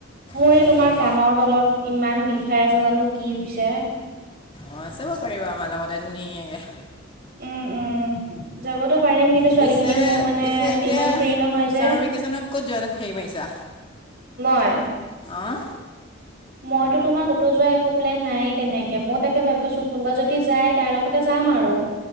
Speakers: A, on the right; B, on the left.
A: মোৰ
B: তেনেকৈ
A: এই তোমাৰ
B: যাব
A: কানৰ তলত ইমান বিষাই আছে জানো কি হৈছে।
B: অ', চাব পাৰিবা আমাৰ লগতে ধুনীয়াকে।
A: উম- উম। যাবতো পাৰিম কিন্তু ছোৱালী
B: পিছে
A: খিনি মোৰ মানে
B: পিছে এতিয়া
A: ইমান ফ্ৰী নহয় যে।
B: ছামাৰ ভেকেশ্যনত ক'ত যোৱা হেৰি মাৰিছা
A: মই।
B: অঁ
A: মইতো তোমাৰ ক'তো যোৱা একো প্লেন নাই তেনেকে মই তাকে ভাবিছো কোনোবা যদি যাই তাৰ লগতে যাম আৰু।